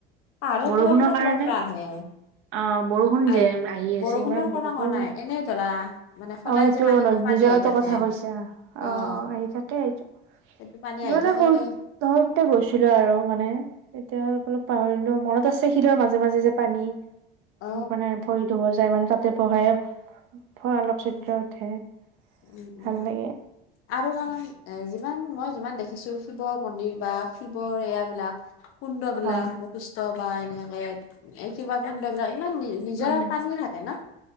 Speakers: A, on the left; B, on the right.
A: আৰু
B: বৰষুণৰ
A: ক'ৰবাৰ
B: কাৰণে
A: পৰা আহে?
B: অ বৰষুণ
A: আহ
B: যে আহি আছে
A: বৰষুণৰ
B: ইমান
A: কমা
B: বৰষুণ
A: কমা নাই এনে ধৰা মানে- সদায়
B: অ এইটো
A: যে পানী পানী
B: নিজৰাটো
A: আহি থাকে,
B: কথা কৈছা অ
A: অঁ।
B: অ আহি থাকে এইটো
A: সেইটো পানী আহি
B: মানে
A: থাকেহে।
B: সৰু থাকোঁতেই গৈছিলোঁ আৰু মানে এতিয়া অলপ পাহৰিলো মনত আছে। শিলৰ মাজে-মাজে যে পানী
A: অ
B: মানে ভৰি ধুব যায় মানে তাতে বহে। হয় অলপ
A: উম
B: চিত্ৰ উঠে।
A: উম, উম,
B: ভাল লাগে
A: আৰু কাৰন এ যিমান মই যিমান দেখিছো শিৱৰ মন্দিৰ বা শিৱৰ এয়া বিলাক, কুণ্ড বিলাক
B: হয়
A: বশিস্থ বা এনেকে কিবা কুণ্ড বিলাক ইমান মিল নিজৰাৰ
B: উম
A: পানী থাকে ন'